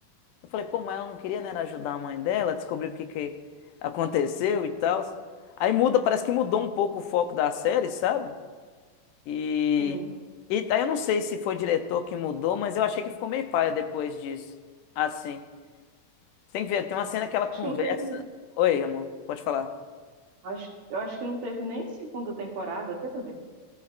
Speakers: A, on the left; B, on the right.
A: Eu falei, pô, mas ela não queria, né, era ajudar a mãe dela, descobrir porque que aconteceu e tal. Aí muda, parece que mudou um pouco o foco da série, sabe? E,
B: Sim.
A: e aí eu não sei se foi o diretor que mudou, mas eu achei que ficou meio paia depois disso. Assim. Tem que ver, tem uma cena que ela conversa.
B: Acho que não teve.
A: Oi, amor, pode falar.
B: Acho, eu acho que não teve nem segunda temporada, até pra ver.